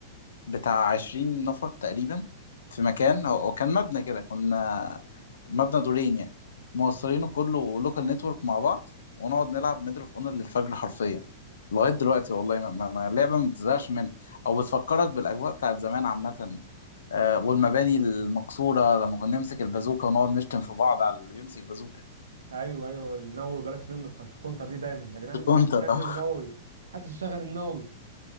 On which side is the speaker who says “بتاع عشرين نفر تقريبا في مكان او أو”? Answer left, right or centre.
Left